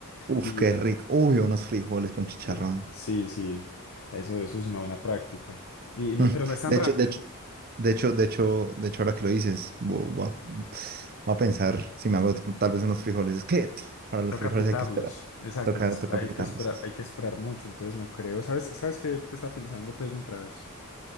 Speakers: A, on the right (about 45°); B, on the left (about 70°).
A: Uf,
B: y
A: qué rico. Uy, unos frijoles con chicharrón.
B: frijo- sí,
A: <laughs>
B: sí, eso, eso es una buena práctica. Y, no-
A: Mm,
B: pero no es tan
A: De
B: rápido.
A: hecho, de hecho, de hecho, de hecho, de hecho, ahora que lo dices, vo- voy a, voy a pensar si me hago tal vez unos frijoles. Es que para los
B: Toca
A: frijoles
B: pitarlos.
A: hay que esperar.
B: Exacto,
A: Toca,
B: hay que,
A: toca
B: hay
A: pitarlos.
B: que esperar, hay que esperar mucho. Entonces no creo. ¿Sabes, sabes qué, qué estaba pensando pues mientras